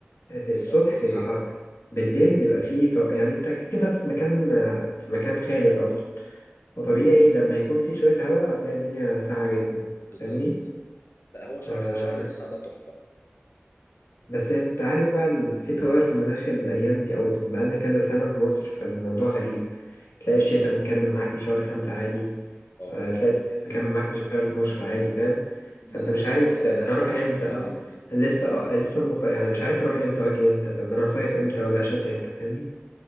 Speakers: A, on the left; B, on the left.
A: في
B: بالظبط
A: الصبح
B: بالليل
A: بيبقى حر بالليل بيبقى فيه طو... يعني انت كده في مكان في مكان خالي اصلا وطبيعي لما يكون في شويه هواء هتلاقي الدنيا ساقعه جدا
B: بالظبط
A: فاهمني
B: لا هو شهر
A: آه،
B: شهر تسعة ده تحفة
A: بس انت عارف بقى ال- في تغير في المناخ الايام دي او بقالنا كذا سنه في مصر فالموضوع غريب تلاقي الشتاء مكمل معاك لشهر خمسة عادي
B: اه
A: آه، تلاقي الصيف مكمل معاك لشهر 12 عادي فاهم
B: ز-
A: فانت
B: زي
A: مش عارف
B: المطرة
A: آه،
B: اللي
A: انا
B: حصلت
A: اروح امتى
B: من كام
A: اه
B: يوم دي
A: لسه اه لسه مط... يعني مش عارف اروح امتى واجي امتى طب انا هصيف امتى ولا هشت امتى فاهمني